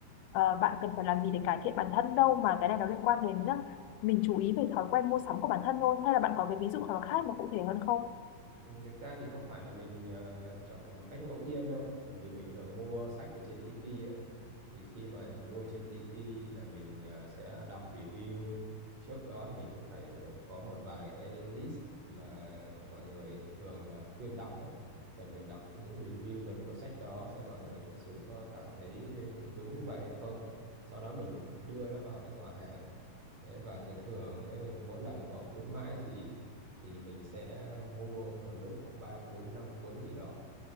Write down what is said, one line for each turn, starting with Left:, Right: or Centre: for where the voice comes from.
Left: ờ, bạn cần phải làm gì để cải thiện bản thân đâu mà cái này nó liên quan đến ờ, mình chú ý về thói quen mua sắm của bản thân thôi hay là bạn có cái ví dụ nào khác mà cụ thể hơn không
Right: Ừ, thực ra thì không phải là mình ờ, chọn một cách ngẫu nhiên đâu bởi vì mình thường mua sách ở trên Tiki đó thì khi mà mua trên Tiki là mình ờ, sẽ đọc review trước đó thì mình cũng phải có một vài cái list mà mọi người thường là khuyên đọc đấy rồi mình đọc những review về cuốn sách đó xem mọi người thực sự có cảm thấy đúng như vậy hay không sau đó mình đưa nó vào cái giỏ hàng Đấy, và thường thường ấy, mỗi lần có khuyến mãi gì thì mình sẽ mua một lúc khoảng 3 cuốn 5 cuốn gì đó